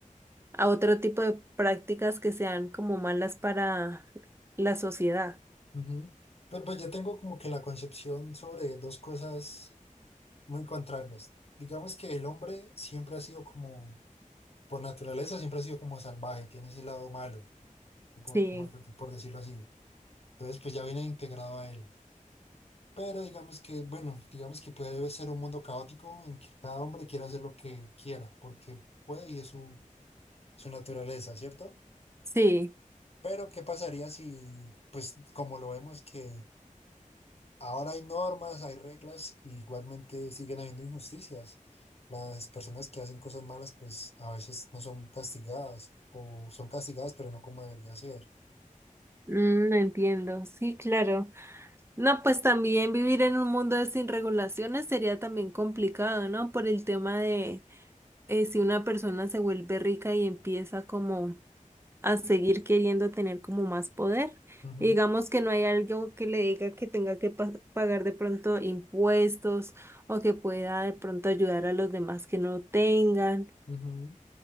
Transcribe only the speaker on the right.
a otro tipo de prácticas que sean como malas para la sociedad.
Sí,
sí,
mm, entiendo, sí, claro. No, pues también vivir en un mundo de sin regulaciones sería también complicado, ¿no? Por el tema de eh, si una persona se vuelve rica y empieza como a seguir queriendo tener como más poder.
Y digamos que no hay algo que le diga que tenga que pa- pagar de pronto impuestos o que pueda de pronto ayudar a los demás que no tengan.